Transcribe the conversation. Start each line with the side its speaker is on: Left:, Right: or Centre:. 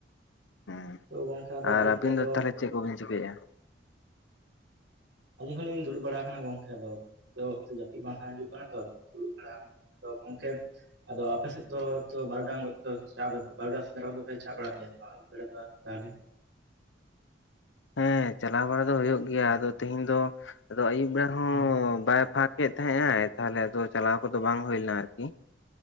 Left: ᱦᱮᱸ
Right: ᱛᱚ ᱜᱚᱢᱠᱮ ᱟᱫᱚ
Left: ᱟᱨ
Right: ᱟᱹᱭᱩᱵ
Left: ᱟᱹᱵᱤᱱ
Right: ᱵᱮᱲᱟ ᱫᱚ
Left: ᱛᱟᱦᱚᱞᱮ ᱪᱮᱫ ᱠᱚᱵᱤᱱ ᱪᱤᱠᱟᱹᱭᱮᱫᱼᱟ
Right: ᱟᱹᱞᱤᱧ ᱦᱚᱸᱞᱤᱧ ᱫᱩᱲᱩᱵ ᱵᱟᱲᱟ ᱠᱟᱱᱟ ᱜᱚᱝᱠᱮ ᱟᱫᱚ ᱡᱟᱹᱯᱤᱫ ᱵᱟᱝ ᱦᱤᱡᱩᱜ ᱠᱟᱱᱟ ᱛᱚ ᱫᱩᱲᱩᱵ ᱵᱟᱲᱟ ᱠᱟᱱᱟ ᱛᱚ ᱜᱚᱢᱠᱮ ᱟᱫᱚ ᱟᱯᱮᱥᱮᱫ ᱫᱚ ᱵᱟᱨᱩᱰᱟᱝ ᱪᱟ ᱵᱟᱨᱩᱴᱟᱝ ᱥᱮᱸᱫᱽᱨᱟ ᱠᱷᱚᱱ ᱫᱚᱯᱮ ᱪᱟ ᱵᱟᱲᱟᱜᱮᱫ ᱜᱮᱭᱟ ᱵᱟᱝ ᱟ. ᱭᱩᱵ ᱵᱮᱲᱟ ᱫᱚ ᱛᱟᱦᱚᱞᱮ
Left: ᱦᱮᱸ ᱪᱟᱞᱟᱣ ᱵᱟᱲᱟ ᱫᱚ ᱦᱳᱭᱳᱜ ᱜᱮᱭᱟ ᱟᱫᱚ ᱛᱮᱦᱮᱧ ᱫᱚ ᱟᱫᱚ ᱟᱹᱭᱩᱵ ᱵᱮᱲᱟ ᱦᱚᱸ
Right: ᱦᱮᱸ
Left: ᱳ
Right: <unintelligible>
Left: ᱵᱟᱭ ᱯᱷᱟᱠᱮᱫ ᱛᱟᱦᱮ ᱟᱭ ᱛᱟᱦᱚᱞᱮ ᱟᱫᱚ ᱪᱟᱞᱟᱣ ᱠᱚᱫᱚ ᱵᱟᱝ ᱦᱳᱭ ᱞᱮᱱᱟ ᱟᱨᱠᱤ